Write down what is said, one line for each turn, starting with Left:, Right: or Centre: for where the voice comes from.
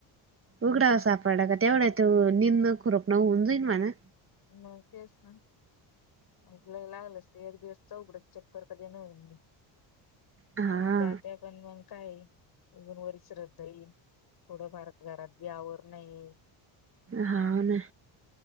Right: उघडा सापडला का तेवढा तो निंदन खरोप न होऊन जाईल म्हणा
Left: मग तेच ना मग तला लागलच ते एक दिवस चौघडच चक्कर कधी नल म
Right: हा
Left: जात पण काय अजून वरच श्रद्धा येईल थोडंफार घरात गवर नाही
Right: हा न.